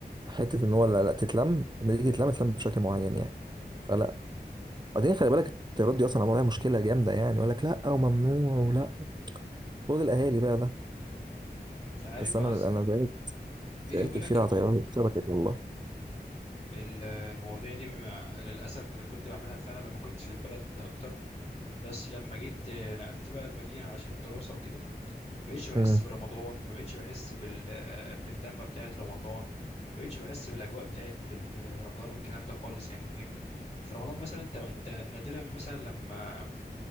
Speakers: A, on the right (about 25°); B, on the left (about 40°).
A: حتة ان هو لا لا تتلم لما تيجي تتلم تتلم بشكل معين يعني فلا بعدين خلي بالك الطيارات دي اصلا عملها مشكلة جامدة يعني يقول لك لا وممنوع ولا خد الاهالي بقى ده
B: مش عارف
A: بس انا
B: أص-
A: انا بقالي
B: بيني
A: سألت
B: وبينك
A: كتير
B: الموضوع
A: على طيارات اتسرقت والله
B: المواضيع دي مع- للاسف انا كنت بعملها فعلا لما كنت في البلد اكتر بس لما جيت آه، نقلت بقى المدينه علشان الدراسه وكده بقيتش بحس
A: امم
B: برمضان ما بقيتش بحس بال... باللمة بتاعت رمضان ما بقيتش بحس بالأجواء بتاعت ال- رمضان والكلام ده خالص يعني فاهمني في رمضان مثلا انت انت نادرا مثلا لما